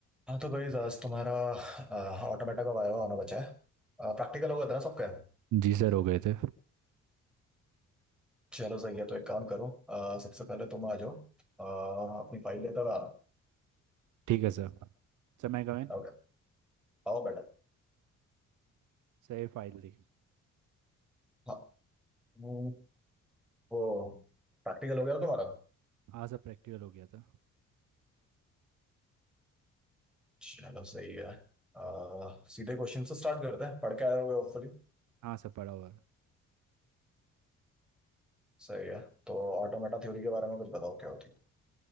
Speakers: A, in the centre; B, on the right.
A: हाँ तो भाई आज तुम्हारा ऑटोमेटा का वायवा होना बचा है प्रैक्टिकल होगा था ना सबका
B: जी sir हो गए थे
A: चलो सही है तो एक काम करो अ, सबसे पहले तुम आ जाओ अ, अपनी फाइल लेकर आना
B: ठीक है सर सर मैं कमेंट
A: ओके आओ बेटा
B: सर ये फाइल दी
A: हाँ हम्म, वो प्रैक्टिकल हो गया ना तुम्हारा
B: हाँ सर प्रैक्टिकल हो गया था
A: चलो सही है अ, सीधे क्वेश्चन से स्टार्ट करते हैं पढ़ के आए होगे होपफुली
B: हाँ सर पढ़ा हुआ है
A: सही है तो ऑटोमेटा थ्योरी के बारे में कुछ बताओ क्या होती है